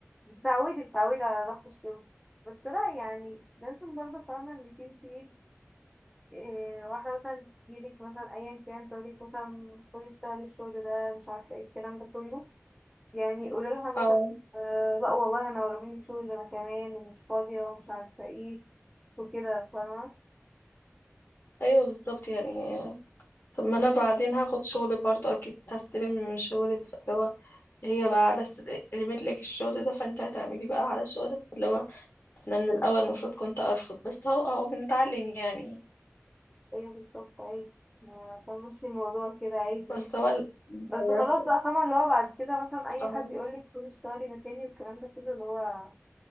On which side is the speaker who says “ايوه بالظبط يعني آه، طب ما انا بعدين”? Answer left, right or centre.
Left